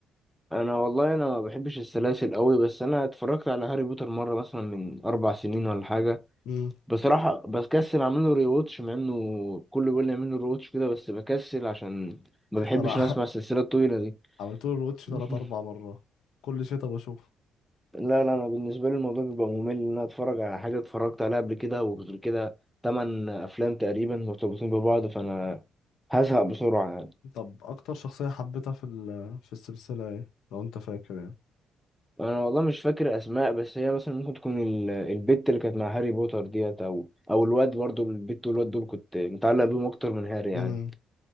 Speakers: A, in the centre; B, on the left.
A: انا والله انا ما بحبش السلاسل قوي بس انا اتفرجت على هاري بوتر مره مثلا من اربع سنين ولا حاجه
B: مم.
A: بصراحه بكسل اعمل له ريواتش مع انه كله بيقول لي اعمل له ريواتش كده بس بكسل عشان ما بحبش
B: انا
A: انا اسمع السلسله الطويله دي
B: <laughs> عملت له روتش تلات
A: <laughs>
B: اربع مرات كل شتا بشوف
A: لا لا انا بالنسبه لي الموضوع بيبقى ممل ان انا اتفرج على حاجه اتفرجت عليها قبل كده وغير كده تمن افلام تقريبا مرتبطين ببعض فانا هزهق بسرعه يعني.
B: طب اكتر شخصيه حبيتها في ال... في السلسله ايه لو انت فاكر
A: انا والله مش فاكر اسماء بس هي مثلا ممكن تكون ال- البت اللي كانت مع هاري بوتر ديت او او الواد برضه البت والواد دول كنت متعلق بيهم اكتر من هاري
B: يعني
A: يعني